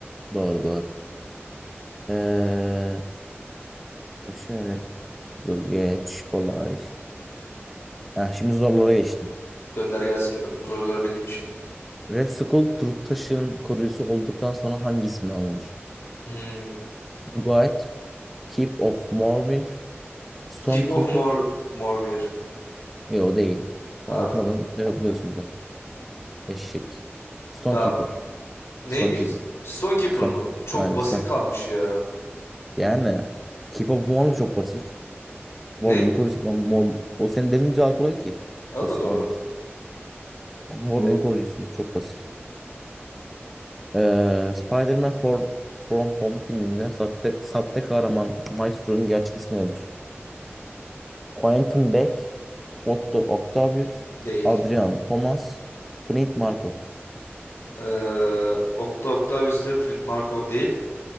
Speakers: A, in the centre; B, on the left (about 85°).
A: Doğru doğru. Ee, taşı öyle. Dur geç. Kolay. Heh, şimdi zorlara geçtim.
B: Gönder gelsin. be- Zorlar benim işim.
A: Red Skull, Truth Taşı'nın koruyucusu olduktan sonra hangi isimle anılır?
B: Hmm.
A: Guide, Keep of Mormir, Stonekeeper.
B: Keep of more Mormir.
A: Yok o değil.
B: Aa,
A: Daha okumadan ne yapıyorsunuz? Eşek. Stonekeeper.
B: tamam. Neymiş?
A: Stonekeeper.
B: Stonekeeper
A: Stone...
B: mı? Çok
A: Aynen
B: basit
A: Stonekeeper.
B: kalmış ya.
A: Yani Keep Up Warm çok basit.
B: Ney?
A: Warm'in koruyucusu. Lan Warm- O senin dediğin daha kolay ki.
B: O
A: Basit
B: da doğru.
A: kalmaz. Warm'in
B: Doğru.
A: koruyucusu çok basit. Ee, Spider-Man For... From Home filminde sahte, sahte kahraman Maestro'nun gerçek ismi nedir? Quentin Beck, Otto Octavius,
B: Değil.
A: Adrian Thomas, Flint Marko.
B: Ee, Okta Octavius Field Markov değil.